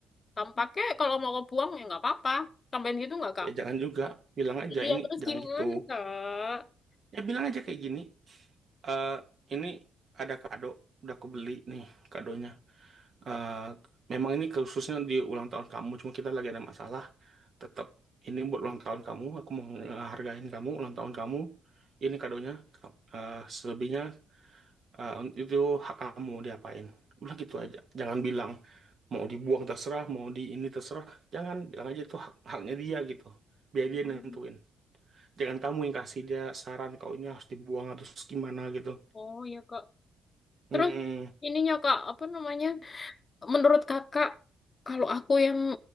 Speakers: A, on the left (about 35°); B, on the right (about 50°).
A: Kamu pakai, kalau mau kamu buang ya nggak apa-apa. Tambahin gitu nggak, Kak?
B: ya jangan juga bilang aja
A: Iya,
B: ini
A: terus
B: jangan
A: gimana,
B: gitu
A: Kak?
B: Ya bilang aja kayak gini, eh ini ada kado, udah aku beli nih kadonya. Eh memang ini khususnya di ulang tahun kamu, cuma kita lagi ada masalah. Tetap ini buat ulang tahun kamu, aku mau menghargain kamu, ulang tahun kamu. Ini kadonya, Ka- eh selebihnya eh, itu hak kamu diapain. Udah gitu aja, jangan bilang mau dibuang terserah, mau di ini terserah. Jangan bilang aja itu hak- haknya dia gitu. Biar dia
A: Hmm.
B: nentuin. Jangan kamu yang kasih dia saran kau ini harus dibuang atau terus gimana gitu.
A: Oh, ya Kak.
B: Hmm,
A: Terus ininya, Kak, apa namanya? Menurut kakak, kalau aku yang